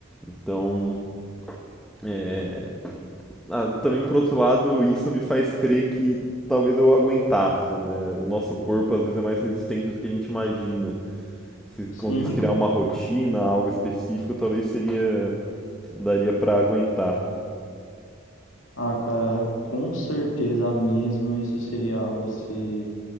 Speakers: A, in the centre; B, on the left.
A: Então, é, ah, também por outro lado, isso me faz crer que talvez eu aguentasse, né? O nosso corpo às vezes é mais resistente do que a gente imagina. Se
B: Sim.
A: conseguisse criar uma rotina, algo específico, talvez seria daria para aguentar.
B: Ah, cara, com certeza mesmo isso seria algo a se,